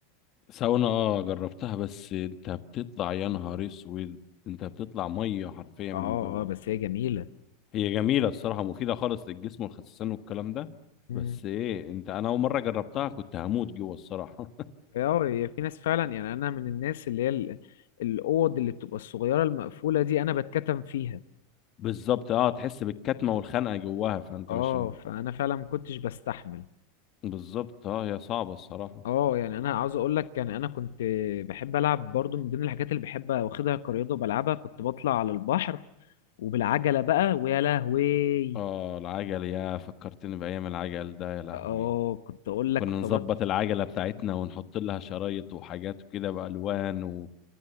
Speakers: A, on the left; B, on the left.
A: ساونا اه جربتها بس انت بتطلع يا نهار اسود انت بتطلع ميه حرفيا
B: اه
A: من جوه
B: اه بس هي جميلة
A: هي جميله الصراحه مفيده خالص للجسم والخسسان والكلام ده
B: مم.
A: بس ايه انت انا اول مره جربتها كنت هموت جوه الصراحه
B: اه هي في ناس فعلا يعني انا من الناس اللي هي ال- الاوض اللي بتبقى الصغيرة المقفولة دي انا بتكتم فيها
A: <laughs> بالظبط اه تحس بالكتمه والخنقه جواها فانت
B: اه
A: مش
B: فانا فعلا ما كنتش بستحمل
A: بالظبط اه هي صعبه الصراحه
B: اه يعني انا عاوز اقول لك يعني انا كنت بحب العب برضو من ضمن الحاجات اللي بحب واخدها كرياضه وبلعبها كنت بطلع على البحر وبالعجله بقى ويا لهوي
A: اه العجل يا فكرتني بايام العجل ده يا لهوي
B: اه كنت اقول
A: وكنا
B: لك كنت
A: نظبط
B: بط...
A: العجله بتاعتنا ونحط لها شرايط وحاجات وكده بالوان و...